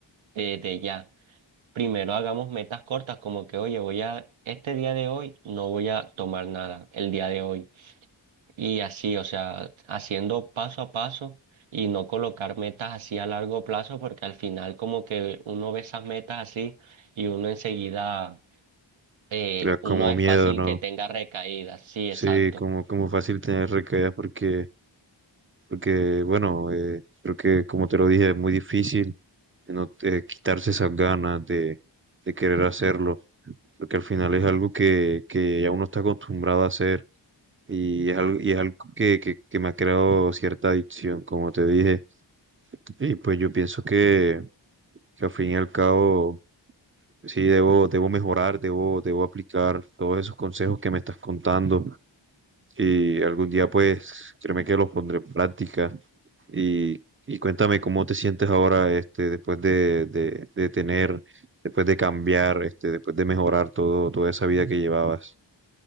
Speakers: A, on the right (about 85°); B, on the right (about 30°).
A: eh, de ya. Primero hagamos metas cortas como que, oye, voy a, este día de hoy no voy a tomar nada, el día de hoy y así, o sea, haciendo paso a paso y no colocar metas así a largo plazo, porque al final como que uno ve esas metas así y uno enseguida, eh,
B: Le da Como
A: uno es
B: miedo,
A: fácil
B: ¿no?
A: que tenga recaídas, sí,
B: Sí,
A: exacto.
B: como, como fácil tener recaídas porque porque bueno, eh, creo que como te lo dije, es muy difícil eh, no, eh, quitarse esas ganas de, de querer hacerlo, porque al final es algo que, que ya uno está acostumbrado a hacer y es algo, y es algo que, que, que me ha creado cierta adicción, como te dije, y pues yo pienso que, que al fin y al cabo... Sí, debo, debo mejorar, debo, debo aplicar todos esos consejos que me estás contando y algún día pues créeme que los pondré en práctica y, y cuéntame cómo te sientes ahora este, después de, de, de tener, después de cambiar, este, después de mejorar todo, toda esa vida que llevabas.